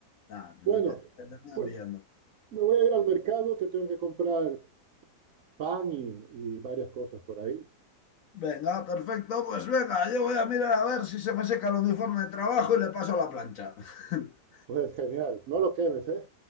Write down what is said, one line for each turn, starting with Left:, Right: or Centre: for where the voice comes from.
Left: Nah, al final
Right: Bueno,
Left: te, te terminan
Right: pues
Left: pillando.
Right: me voy a ir al mercado que tengo que comprar pan y, y varias cosas por ahí.
Left: Venga, perfecto, pues venga, yo voy a mirar a ver si se me seca el uniforme de trabajo y le paso la plancha. <laughs>
Right: Pues genial, no lo quemes, ¿eh?